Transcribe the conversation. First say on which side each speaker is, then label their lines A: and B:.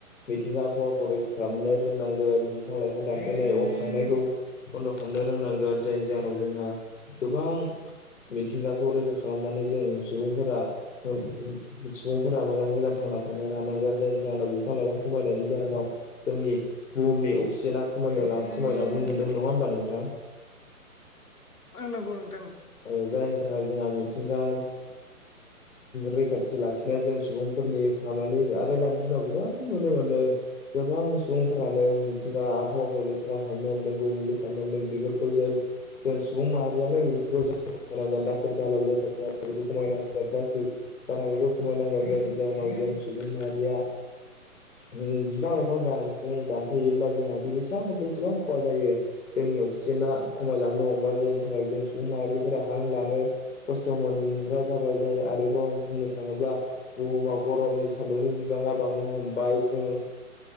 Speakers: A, on the left; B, on the left.
A: मिथिंगा आबहावाखौ रैखा खालामनो रोंनांगोन। बिफां बिफां लाइफां दानफायनाय अर सावनायखौ बन्द' खालामनो रोंनांगोन जायनि जाहोनाव जोंहा गोबां मिथिंगाखौ रैखा खालामनानै जों सुबुंफोरा सुबुंफोरा मोजाङै मोजां थांना थानो हानांगोन जायनि जाहाव बिफां लाइफां खमायनायनि जाहोनाव जोंनि बुहुमनि अक्सिजेआ खम ख खमायलांनो हमदों नङा होमबा नोंथां।
B: ओ नंगौ नंगौ।
A: औ जायनि थाखाय जोंहा मिथिंगा रैखाथि लाखिनाया जों सुबुंफोरनि खामानि आरो दानि दिनाव गोबां नुनो मोनदों गोबां सुबुंफ्रानो मिथिंगा आबहावाखौ लेथ्रा खालामनो हमदों गुबुंले खालामनो हमदों। बेफोरखौ जों जों सुबुं माहारियानो बेफोरखौ खमायनांगोन दाखोर दाला लेथार जनायखौ खमायनांगोन प्लास्टिक गारनायखौ खमायनांगोन जायनि जाहोन नाय जों सुबुं माहारिया
B: <inaudible>
A: उम बिफां लायफांआव दां द दानफैयोब्ला जोंहादि बेसेबां बेसेबां खहा जायो। जोंनि अक्सिजेना खमायलांनो हमबाय जायनि थाखाय जों सुबुं माहारि फोरा हां लानो खस्थ' मोनग्रा जाबाय जाय आरोबाव बुंनो थाङोब्ला बुहुमाव गरमनि सान्दुंनि बिबाङा बांनो हमबाय जोंङो